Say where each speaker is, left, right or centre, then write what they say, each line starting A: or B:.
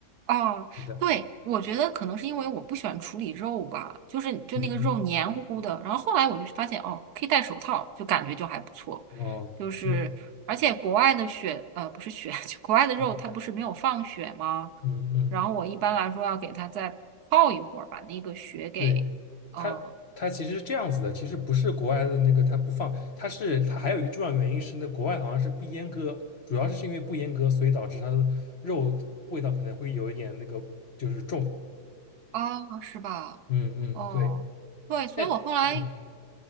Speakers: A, on the right (about 75°); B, on the left (about 45°).
A: 哦，
B: 是的，
A: 对，我觉得可能是因为我不喜欢处理肉吧，就是就那个肉黏糊糊的。
B: 嗯
A: 然后后来我就发现，哦，可以戴手套，就感觉就还不错。
B: 嗯，哦，
A: 就是而且国外的血，
B: 对，
A: 呃，不是血，<laughs> 就国外的肉它不是没有放血吗？
B: 嗯嗯嗯。
A: 然后我一般来说要给它再泡一会儿，把那个血给，
B: 对，它它其实是这样子的，
A: 嗯、
B: 其实不是国外的那个它不放，它是它还有一个重要原因是那国外好像是不阉割，主要是因为不阉割，所以导致它的肉的味道可能会有一点那个就是重。
A: 啊，是吧？
B: 嗯嗯，
A: 哦，
B: 对，
A: 对，所以我后来
B: 但嗯